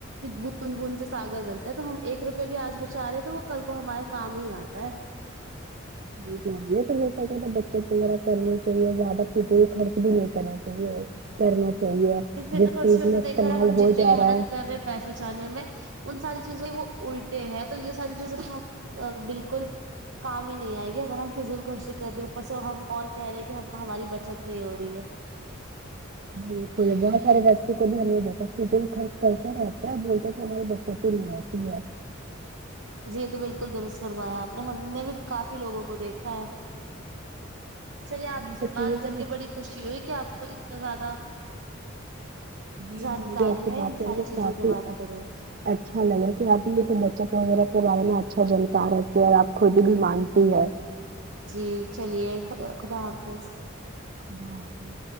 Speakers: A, on the right; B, on the right.
A: بوند بوند سے ساگر بنتا ہے تو ہم ایک روپئے بھی آج بچا رہے ہیں تو وہ کل کو ہمارے کام ہی آتا ہے
B: یہ تو ہو سکے تو بچت وغیرہ کرنے چاہیے زیادہ فضول خرچ بھی نہیں کرنا چاہیے کرنا چاہیے
A: فد
B: جس
A: کرسی
B: چیز
A: ہو
B: میں
A: تو دیکھا
B: استعمال
A: جائے ہم جتنی
B: ہو جا
A: بھی محنت
B: رہا ہے
A: کر رہے ہیں پیسے بچانے میں ان ساری چیزیں وہ الٹے ہیں تو یہ ساری چیزیں میں بالکل کام ہی نہیں آئے گی اگر ہم فضول خرچی کر رہے ہیں اوپر سے ہم اور کہہ رہے ہیں کہ ہماری بچت نہیں ہو رہی ہے
B: بالکل بہت سارے بچوں کو بھی ہم نے دیکھا خرچ کرتے رہتے اور بولتے تھے ہمارے بچت کلیر کلیر
A: جی یہ تو بالکل درست فرمایا آپ نے ہم نے بھی کافی لوگوں کو دیکھا ہے چلیے
B: ان
A: آپ سے
B: سب
A: بات
B: چیزوں
A: کر
B: بھی
A: کے بڑی خوشی ہوئی کہ آپ کو اتنا زیادہ
B: جی
A: جانکاری
B: مجھے آپ سے
A: ہے
B: بات
A: ان
B: کر
A: ساری
B: کے
A: چیزوں
B: کافی
A: کی بات کرو
B: اچ- اچھا لگا کہ آپ بھی تو بچت وغیرہ کے بارے میں اچھا جانکار رہتی ہے اور آپ خود بھی مانتی ہے
A: جی چلیے خداخدا حافظ
B: خدا حافظ